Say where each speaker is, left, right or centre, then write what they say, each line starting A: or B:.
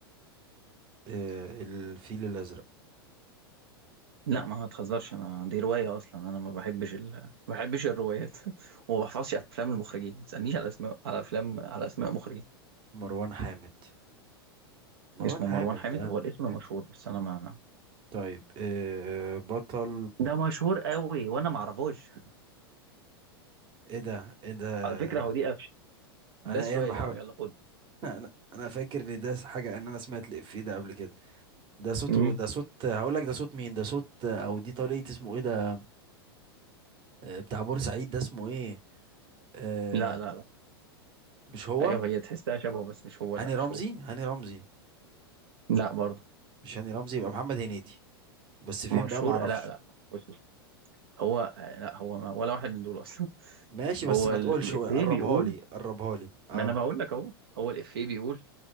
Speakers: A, on the right (about 40°); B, on the right (about 75°).
A: آه... الفيل الأزرق
B: لا ما هتهزرش انا دي روايه اصلا انا ما بحبش ال... ما بحبش الروايات <laughs> وما بحفظش افلام المخرجين ما تسالنيش على اسماء على افلام على اسماء مخرجين
A: مروان حامد مروان
B: اسمه مروان
A: حامد
B: حامد
A: ده
B: هو الاسم مشهور بس انا ما
A: طيب إيه بطل
B: ده مشهور قوي وانا ما اعرفوش
A: ايه ده ايه ده
B: على فكره هو دي قفشه
A: انا
B: ده السؤال
A: ايه انا بحاول
B: يا عم يلا خد
A: انا انا فاكر ان ده حاجه ان انا سمعت الافيه ده قبل كده ده صوته
B: امم
A: ده صوت هقول لك ده صوت مين ده صوت او دي طريقه اسمه ايه ده آه، بتاع بورسعيد ده اسمه ايه آه
B: لا لا لا
A: مش هو
B: ايوه هي تحسها شبهه بس مش هو
A: هاني
B: لا
A: رمزي
B: مش هو
A: هاني رمزي
B: لا برضه
A: مش هاني رمزي يبقى محمد هنيدي بس فين
B: مشهور
A: بقى ما اعرفش
B: لا لا بص بص. هو لا هو ما ولا واحد من دول اصلا <laughs>
A: ماشي بس
B: هو
A: ما
B: ال-
A: تقولش
B: الافيه
A: قربها
B: بيقول
A: لي قربها لي اه
B: ما انا بقول لك اهو هو الافيه بيقول